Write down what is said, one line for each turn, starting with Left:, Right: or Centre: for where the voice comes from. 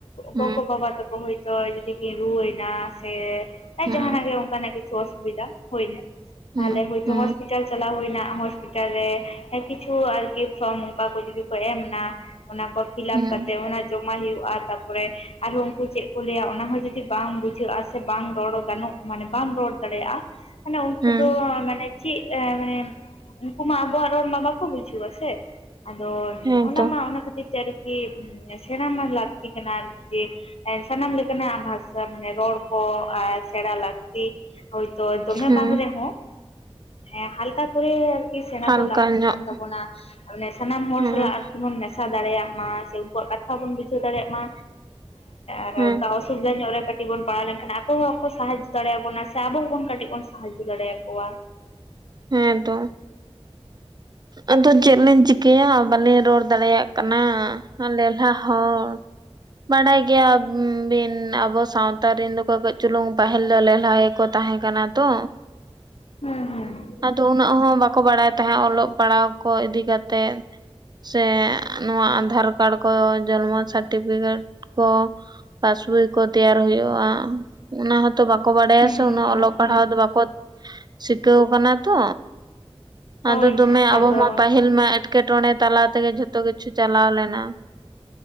Right: ᱦᱮᱸ
Left: ᱜᱚᱜᱚ ᱵᱟᱵᱟ ᱛᱟᱠᱚ ᱦᱚᱭᱛᱳ ᱡᱩᱫᱤ ᱠᱤᱱ ᱨᱩᱣᱟᱹᱭ ᱱᱟ ᱥᱮ
Right: ᱦᱮᱸ
Left: ᱡᱟᱦᱟᱱᱟᱜ ᱜᱮ ᱚᱱᱠᱟᱱᱟᱜ ᱠᱤᱪᱷᱩ ᱚᱥᱩᱵᱤᱫᱟ ᱦᱳᱭᱱᱟ,
Right: ᱦᱮᱸ
Left: ᱛᱟᱦᱚᱞᱮ ᱦᱳᱭᱛᱚ
Right: ᱦᱮᱸ
Left: ᱦᱚᱥ ᱦᱚᱥᱯᱤᱴᱟᱞ ᱪᱟᱞᱟᱣ ᱦᱳᱭᱱᱟ, ᱦᱚᱥᱯᱤᱴᱟᱞ ᱨᱮ ᱠᱤᱪᱷᱩ ᱟᱨᱠᱤ ᱯᱷᱨᱚᱢ ᱚᱱᱠᱟ ᱠᱚ ᱡᱩᱫᱤ ᱠᱚ ᱮᱢᱱᱟ ᱚᱱᱟ ᱠᱚ ᱯᱷᱤᱞᱟᱯ
Right: ᱦᱮᱸ
Left: ᱠᱟᱛᱮ ᱚᱱᱟ ᱡᱚᱢᱟ ᱦᱩᱭᱩᱜᱼᱟ ᱛᱟᱯᱚᱨᱮ ᱟᱨᱦᱚ ᱪᱮᱫ ᱠᱚ ᱞᱟᱹᱭᱟ ᱚᱱᱟ ᱦᱚᱸ ᱡᱩᱫᱤ ᱵᱟᱝ ᱵᱩᱡᱷᱟᱹᱜᱼᱟ ᱥᱮ, ᱵᱟᱝ ᱨᱚᱲ ᱜᱟᱱᱚᱜ ᱢᱟᱱᱮ ᱵᱟᱢ ᱨᱚᱲ ᱫᱟᱲᱮᱭᱟᱜᱼᱟ᱾ ᱢᱟᱱᱮ ᱩᱱᱠᱩ
Right: ᱦᱮᱸ
Left: ᱫᱚ ᱢᱟᱱᱮ ᱪᱮᱜ, ᱢᱟᱱᱮ ᱩᱱᱠᱩ ᱢᱟ ᱟᱵᱚᱣᱟᱜ ᱨᱚᱲ ᱢᱟ ᱵᱟᱠᱚ ᱵᱩᱡᱷᱟᱹᱣᱟ ᱥᱮ ᱟᱫᱚ
Right: ᱦᱮᱸᱛᱚ
Left: ᱚᱱᱟ ᱢᱟ ᱚᱱᱟ ᱠᱷᱟᱹᱛᱤᱨ ᱛᱮ ᱟᱨᱠᱤ, ᱥᱮᱬᱟ ᱢᱟ ᱞᱟᱹᱠᱛᱤ ᱠᱟᱱᱟ ᱟᱨᱠᱤ ᱥᱟᱱᱟᱢ ᱞᱮᱠᱟᱱᱟᱜ ᱵᱷᱟᱥᱟ, ᱢᱟᱱᱮ ᱨᱚᱲ ᱠᱚ ᱟ ᱥᱮᱬᱟ ᱞᱟᱹᱠᱛᱤ ᱟᱨᱠᱤ ᱦᱳᱭᱛᱚ, ᱫᱚᱢᱮ
Right: ᱦᱮᱸ
Left: ᱵᱟᱝ ᱨᱮᱦᱚᱸ ᱦᱮᱸ ᱦᱟᱞᱠᱟ ᱠᱚᱨᱮ ᱟᱨᱠᱤ, ᱥᱮᱬᱟ
Right: ᱦᱟᱞᱠᱟ
Left: ᱫᱚ ᱞᱟᱹᱠᱛᱤ
Right: ᱧᱚᱜ
Left: ᱠᱟᱱ ᱛᱟᱵᱚᱱᱟ ᱢᱟᱱᱮ ᱥᱟᱱᱟᱢ ᱦᱚᱲ
Right: ᱦᱮᱸ
Left: ᱥᱟᱞᱟᱜ ᱟᱨᱠᱤ ᱵᱚᱱ ᱢᱮᱥᱟ ᱫᱟᱲᱮᱭᱟᱜ ᱢᱟ ᱥᱮ, ᱩᱱᱠᱩᱣᱟᱜ ᱠᱟᱛᱷᱟ ᱵᱚᱱ ᱵᱩᱡᱷᱟᱹᱣ ᱫᱟᱲᱮᱭᱟᱜ ᱢᱟ, ᱟᱨ
Right: ᱦᱮᱸ
Left: ᱚᱠᱟ ᱚᱥᱩᱵᱤᱫᱷᱟ ᱧᱚᱜ ᱨᱮ ᱠᱟᱹᱴᱤᱡ ᱵᱚᱱ ᱯᱟᱲᱟᱣ ᱞᱮᱱᱠᱷᱟᱱ, ᱟᱠᱚ ᱦᱚᱸ ᱟᱵᱟᱠᱚ ᱥᱟᱦᱟᱡᱚ ᱫᱟᱲᱮᱭᱟᱵᱚᱱᱟ ᱥᱮ ᱟᱵᱚ ᱦᱚᱸᱵᱚᱱ ᱠᱟᱹᱴᱤᱡ ᱵᱚᱱ ᱥᱟᱦᱟᱡᱽᱡᱚ ᱫᱟᱲᱮᱭᱟ ᱠᱚᱣᱟ
Right: ᱦᱮᱸ, ᱛᱚ
Left: <inaudible> <inaudible>
Right: ᱟᱫᱚ ᱪᱮᱫ ᱞᱤᱧ ᱪᱤᱠᱟᱹᱭᱟ, ᱵᱟᱞᱤᱧ ᱨᱚᱲ ᱫᱟᱲᱮᱭᱟᱜ ᱠᱟᱱᱟ᱾ ᱞᱮᱞᱦᱟ ᱦᱚᱸ ᱵᱟᱰᱟᱭ ᱜᱮᱭᱟ ᱵᱤᱱ ᱟᱵᱚ ᱥᱟᱶᱛᱟ ᱨᱮᱱ ᱫᱚᱠᱚ ᱠᱟᱹᱡ ᱪᱩᱞᱩᱝ, ᱯᱟᱹᱦᱤᱞ ᱫᱚ ᱞᱮᱞᱦᱟ ᱜᱮᱠᱚ ᱛᱟᱦᱮᱸ ᱠᱟᱱᱟ ᱛᱚ᱾
Left: ᱦᱩᱸ, ᱦᱩᱸ,
Right: ᱟᱫᱚ ᱩᱱᱟᱹᱜ ᱦᱚᱸ ᱵᱟᱠᱚ ᱵᱟᱲᱟᱭ ᱛᱟᱦᱮᱸ, ᱚᱞᱚᱜ ᱯᱟᱲᱦᱟᱣ ᱠᱚ ᱤᱫᱤ ᱠᱟᱛᱮ ᱥᱮ ᱱᱚᱶᱟ ᱟᱫᱷᱟᱨ ᱠᱟᱨᱰ ᱠᱚ, ᱡᱚᱱᱢᱚ ᱥᱟᱨᱴᱤᱯᱷᱤᱠᱮᱴ ᱠᱚ ᱯᱟᱥᱵᱚᱭ ᱠᱚ ᱛᱮᱭᱟᱨ ᱦᱳᱭᱳᱜᱼᱟ, ᱚᱱᱟ ᱦᱸᱚᱛᱚ ᱛᱚ ᱵᱟᱠᱚ ᱵᱟᱰᱟᱭᱟ
Left: ᱦᱩᱸ
Right: ᱥᱮ, ᱩᱱᱟᱜ
Left: ᱦᱩᱸ
Right: ᱚᱞᱚᱜ ᱯᱟᱲᱦᱟᱣ
Left: ᱦᱩᱸ
Right: ᱫᱚ ᱵᱟᱠᱚ ᱥᱤᱠᱟᱹᱣ ᱠᱟᱱᱟ ᱛᱚ ᱟᱫᱚ
Left: ᱦᱳᱭ
Right: ᱫᱚᱢᱮ ᱟᱵᱚ
Left: ᱟᱫᱚ
Right: ᱢᱟ ᱯᱟᱹᱦᱤᱞ ᱢᱟ, ᱮᱴᱠᱮᱴᱚᱬᱮ ᱛᱟᱞᱟ ᱛᱮᱜᱮ, ᱡᱷᱚᱛᱚ ᱠᱤᱪᱷᱩ ᱪᱟᱞᱟᱣ ᱞᱮᱱᱟ᱾